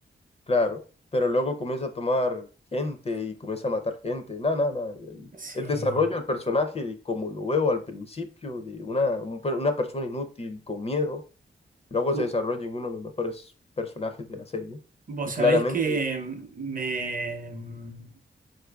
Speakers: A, on the left; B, on the right.
A: Claro, pero luego comienza a tomar gente y comienza a matar gente. No, no, no. El,
B: Sí.
A: el desarrollo del personaje, de como lo veo al principio, de una, un per- una persona inútil con miedo, luego
B: Vo-
A: se desarrolla en uno de los mejores personajes de la serie.
B: Vos
A: Y claramente,
B: sabés que mm, me, mm,